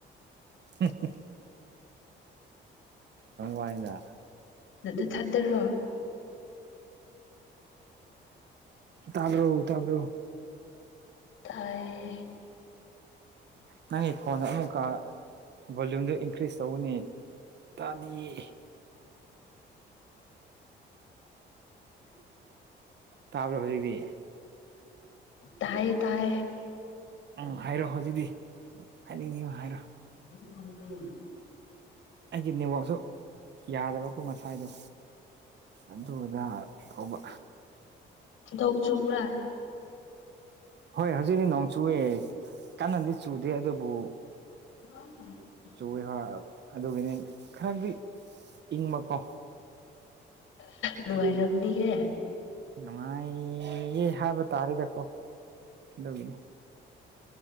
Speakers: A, on the right (about 60°); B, on the left (about 80°).
A: ꯎꯝ ꯋꯥꯅꯤꯗ
B: ꯅꯗ ꯊꯥꯗꯔꯣ
A: ꯇꯥꯕ꯭ꯔꯣ ꯇꯥꯕ꯭ꯔꯣ
B: ꯇꯌꯦ
A: ꯅꯪꯒꯤ ꯐꯣꯟꯗ ꯑꯃꯨꯛꯀ ꯚꯣꯂꯨꯝꯗ ꯏꯟꯀ꯭ꯔꯤꯁ ꯇꯧꯑꯣꯅꯦ ꯇꯥꯗꯤꯌꯦ ꯇꯥꯕ꯭ꯔꯣ ꯍꯧꯖꯤꯛꯇꯤ
B: ꯇꯥꯏ ꯇꯥꯏ
A: ꯎꯝ ꯍꯥꯏꯔꯣ ꯍꯧꯖꯤꯛꯇꯤ ꯍꯥꯏꯅꯤꯡꯉꯨ ꯍꯥꯏꯔꯣ
B: <unintelligible>
A: ꯑꯩꯒꯤ ꯅꯅꯤꯋꯥꯛꯁꯨ ꯌꯥꯗꯕꯀꯣ ꯉꯁꯥꯏꯗꯣ ꯑꯗꯨꯗ ꯇꯧꯕ
B: ꯊꯧ ꯆꯨꯕꯔ
A: ꯍꯣꯏ ꯍꯧꯖꯤꯛꯇꯤ ꯅꯣꯡ ꯆꯨꯑꯦ ꯀꯟꯅꯗꯤ ꯆꯨꯗꯦ ꯑꯗꯨꯕꯨ
B: <unintelligible>
A: ꯆꯣꯏ ꯍꯔꯛ ꯑꯗꯨꯒꯤꯅꯦ ꯈꯔꯗꯤ ꯏꯪꯕꯀꯣ
B: ꯅꯉꯥꯏꯔꯝꯅꯤꯍꯦ
A: ꯑꯗꯨꯒꯤꯅꯤ ꯅꯨꯡꯉꯥꯏꯌꯦ ꯍꯥꯏꯕ ꯇꯥꯔꯦꯗꯀꯣ ꯑꯗꯨꯒꯤꯅꯤ